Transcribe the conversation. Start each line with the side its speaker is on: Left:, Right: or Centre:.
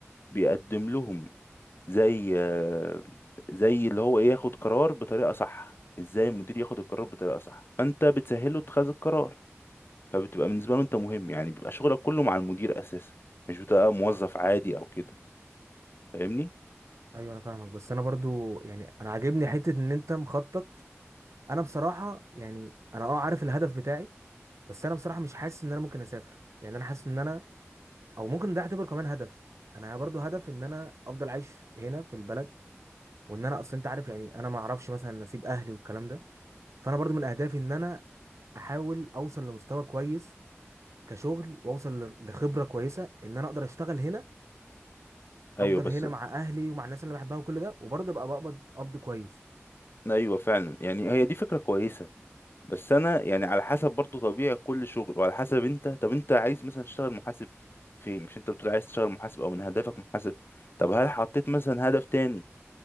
Left: بيقدم لهم زي آه، زي اللي هو ايه ياخد قرار بطريقه صح ازاي المدير ياخد القرار بطريقه صح فانت بتسهله اتخاذ القرار فبتبقى بالنسبه له انت مهم يعني بيبقى شغلك كله مع المدير اساسا مش بتبقى موظف عادي او كده فاهمني
Right: ايوه انا فاهمك بس انا برضو يعني انا عاجبني حته ان انت مخطط انا بصراحه يعني انا اه عارف الهدف بتاعي بس انا بصراحه مش حاسس ان انا ممكن اسافر يعني انا حاسس ان انا او ممكن ده اعتبره كمان هدف انا برضو هدف ان انا افضل عايش هنا في البلد وان انا اصل انت عارف يعني انا ما اعرفش مثلا نصيب اهلي والكلام ده فانا برضو من اهدافي ان انا احاول اوصل لمستوى كويس كشغل واوصل ل- لخبره كويسه ان انا اقدر اشتغل هنا افضل
Left: ايوه بس
Right: هنا مع اهلي ومع الناس اللي بحبها وكل ده وبرضه ابقى بقبض قبض كويس
Left: ايوه فعلا يعني هي دي فكره كويسه بس انا يعني على حسب برضو طبيعة كل شغل وعلى حسب انت طب انت عايز مثلا تشتغل محاسب فين مش انت بتقول عايز تشتغل محاسب او من هدفك محاسب طب هل حطيت مثلا هدف تاني